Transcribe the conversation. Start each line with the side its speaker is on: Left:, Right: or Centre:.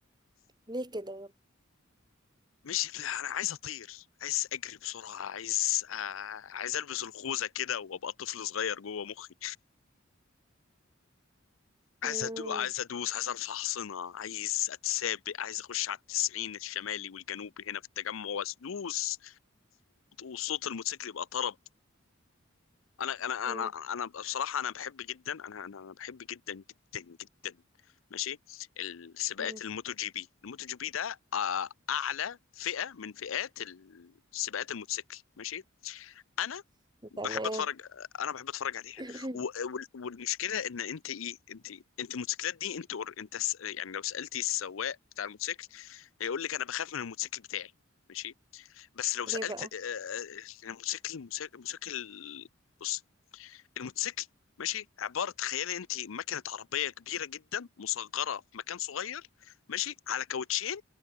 Right: ليه كده يا
Left: مش انا عايز اطير عايز اجري بسرعه عايز آه... عايز البس الخوذه كده وابقى طفل صغير جوه مخي عايز
Right: مم،
Left: أدو... عايز ادوس عايز ارفع حصنه عايز اتسابق عايز اخش على التسعين الشمالي والجنوبي هنا في التجمع وادوس وصوت الموتوسيكل يبقى طرب انا انا
Right: مم،
Left: انا انا بصراحه انا بحب جدا انا انا أنا بحب جدا جدا جدا ماشي السباقات
Right: مم.
Left: الموتو جي بي الموتو جي بي ده آه، اعلى فئه من فئات السباقات الموتوسيكل ماشي انا بحب
Right: تمام
Left: اتفرج انا بحب اتفرج عليها
Right: <coughs>
Left: و-
Right: <clears throat>
Left: وال- والمشكله ان انت ايه انت انت الموتوسيكلات دي انت أور- انت س- يعني لو سالتي السواق بتاع الموتوسيكل هيقول لك انا بخاف من الموتوسيكل بتاعي ماشي بس لو سالت
Right: ليه بقى
Left: آه، آه، الموتوسيكل الموتوسيكل الموتوسيكل- بص الموتوسيكل ماشي عباره تخيلي انت مكنه عربيه كبيره جدا مصغره في مكان صغير ماشي على كاوتشين